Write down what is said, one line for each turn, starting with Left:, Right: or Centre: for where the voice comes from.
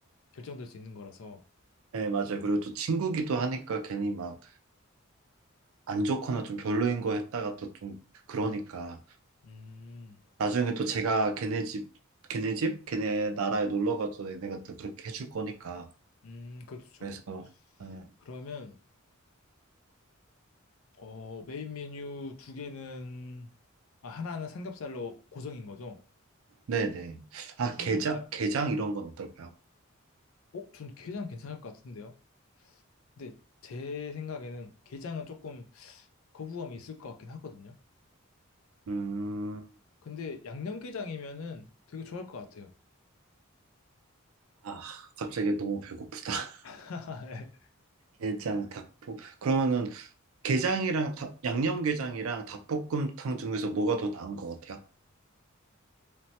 Left: 결정될 수 있는 거라서.
Right: 네, 맞아요. 그리고 또 친구기도 하니까 괜히 막 안 좋거나 좀 별로인 거 했다가 또 좀 그러니까.
Left: 음,
Right: 나중에 또 제가 걔네 집, 걔네 집? 걔네 나라에 놀러 가도 얘네가 또 그렇게 해줄 거니까.
Left: 음, 그렇죠.
Right: 그래서, 네,
Left: 그러면 어 메인 메뉴 두 개는 아, 하나는 삼겹살로 고정인 거죠?
Right: 네네. 아,
Left: 삼겹살.
Right: 게장? 게장 이런 건 어떨까요?
Left: 어, 전 게장 괜찮을 것 같은데요. 근데 제 생각에는 게장은 조금 거부감이 있을 것 같긴 하거든요.
Right: 음.
Left: 근데 양념게장이면은 되게 좋아할 것 같아요.
Right: 아, 갑자기 너무 배고프다. <laughs>
Left: <laughs> 예.
Right: 게장, 닭볶. 그러면은 게장이랑 다- 양념게장이랑 닭볶음탕 중에서 뭐가 더 나은 것 같아요?